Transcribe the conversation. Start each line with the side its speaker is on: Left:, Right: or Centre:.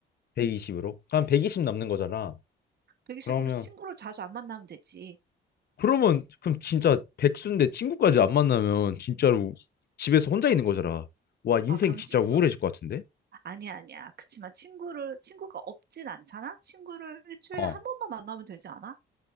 Left: 120으로. 그럼 120 남는 거잖아.
Right: 백십으로
Left: 그러면
Right: 친구를 자주 안 만나면 되지.
Left: 그러면 그럼 진짜 백수인데 친구까지 안 만나면 진짜로 집에서 혼자 있는 거잖아. 와, 인생
Right: 아, 그럼
Left: 진짜
Right: 친구,
Left: 우울해질 것 같은데?
Right: 아니야, 아니야. 그치만 친구를, 친구가 없진 않잖아? 친구를 일주일에
Left: 어.
Right: 한 번만 만나면 되지 않아?